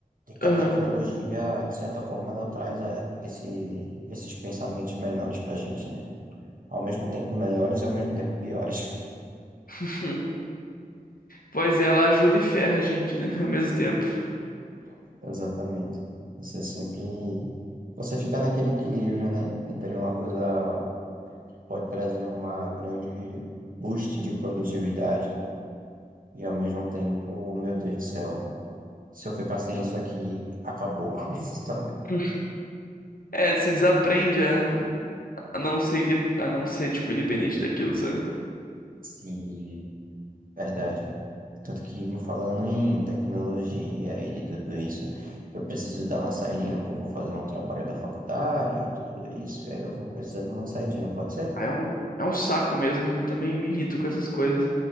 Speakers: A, on the right; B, on the left.
A: de que
B: Aham.
A: a tecnologia, de certa forma, ela traz é, esse, esses pensamentos melhores pra gente, né? Ao mesmo tempo melhores e ao mesmo tempo piores.
B: <laughs> Pois é, ela ajuda e ferra a gente, né? Ao mesmo tempo.
A: <laughs> Exatamente. Você sempre. Você fica naquele equilíbrio, né? Entre uma coisa que pode trazer uma grande boost de produtividade e ao mesmo tempo, meu Deus do céu, se eu ficar sem isso aqui, acabou, <laughs> sabe?
B: <laughs> É, você desaprende a, a não ser, inde- a não ser, tipo, independente daquilo, sabe?
A: Se Verdade. Tanto que falando em tecnologia e de tudo isso, eu preciso dar uma saidinha, porque eu vou fazer um trabalho da faculdade e tudo isso, e aí eu vou precisar de uma saidinha, pode ser?
B: Ah, É um, é um saco mesmo. Eu também me irrito com essas coisas.